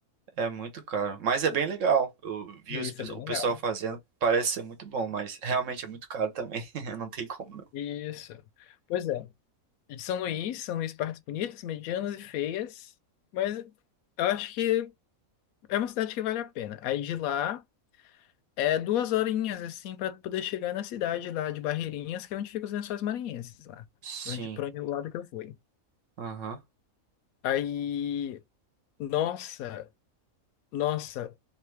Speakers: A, on the right; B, on the left.
A: É muito caro. Mas é bem legal. Eu vi
B: Isso
A: os pe-
B: é bem
A: o
B: legal.
A: pessoal fazendo, parece ser muito bom, mas realmente é muito caro também. <laughs> Não tem como não.
B: Isso. Pois é. E de São Luís, São Luís partes bonitas, medianas e feias, mas eu acho que É uma cidade que vale a pena. Aí de lá é duas horinhas assim para poder chegar na cidade lá de Barreirinhas, que é onde ficam os Lençóis Maranhenses lá,
A: Sim,
B: pra onde para onde o lado que eu fui.
A: aham.
B: Aí, nossa, nossa,